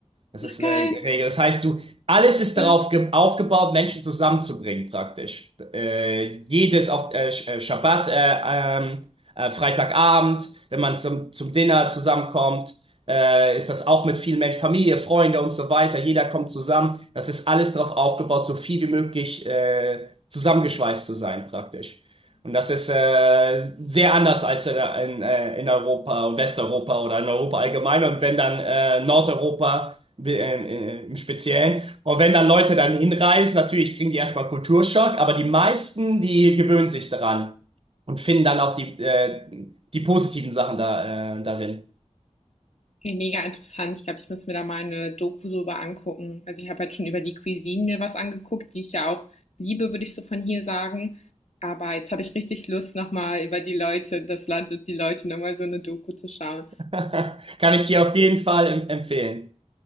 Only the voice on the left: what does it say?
Ach, Geil.
Ja,
mega interessant. Ich glaube, ich muss mir da mal eine Doku drüber angucken. Also ich habe halt schon über die Cuisine mir was angeguckt, die ich ja auch liebe, würde ich so von hier sagen. Aber jetzt habe ich richtig Lust, nochmal über die Leute, das Land und die Leute nochmal so eine Doku zu schauen.